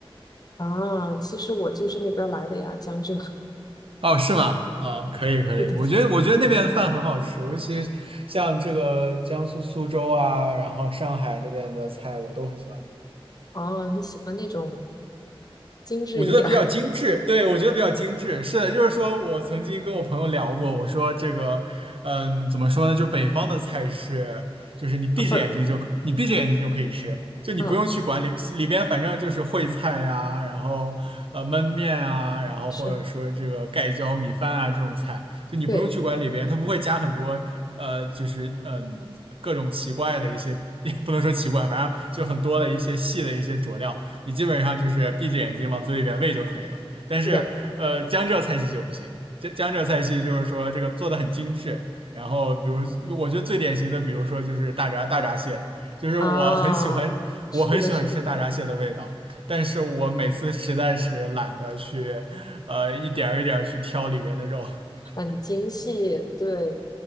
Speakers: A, on the left; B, on the right.
A: 啊，其实我就是那边儿来的呀，江浙。<laughs>
B: 哦，是吗？啊，可以可以，
A: 对对对对。
B: 我觉得我觉得那边的饭很好吃，尤其像这个江苏苏州啊，然后上海那边的菜我都很喜欢。
A: 哦，你喜欢那种精致一点儿，
B: 我觉得比较精致，对，我觉得比较精致。
A: <laughs>
B: 是的，就是说我曾经跟我朋友聊过，我说这个，嗯，怎么说呢？就北方的菜是，就是你闭着眼睛就可你闭着眼睛就可以吃，
A: 麻份儿。
B: 就你不用去管理里边，
A: 嗯，
B: 反正就是烩菜呀、然后呃焖面啊，然后或者说这个盖浇米饭啊这种菜，
A: 是，
B: 就你不用去管里边，
A: 对，
B: 它不会加很多呃，就是嗯各种奇怪的一些，<laughs> 也不能说奇怪，反正就很多的一些细的一些佐料。你基本上就是闭着眼睛往嘴里边喂就可以了。但是，
A: 是的，
B: 呃，江浙菜系就不行。这江浙菜系就是说这个做的很精致，然后比如我觉得最典型的，比如说就是大闸大闸蟹，就是我很喜欢，
A: 啊，
B: 我很喜欢吃大闸蟹的味道，
A: 是的，是的，
B: 但是我每次实在是懒得去，呃，一点儿一点儿去挑里边的肉。<laughs>
A: 很精细。对，